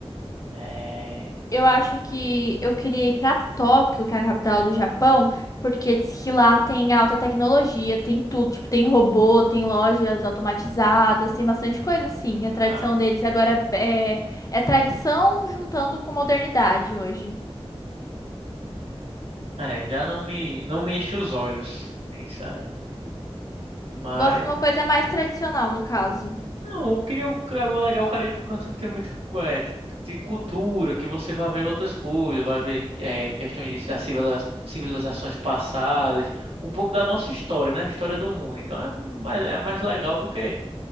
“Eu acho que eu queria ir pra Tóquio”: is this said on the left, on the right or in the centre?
Left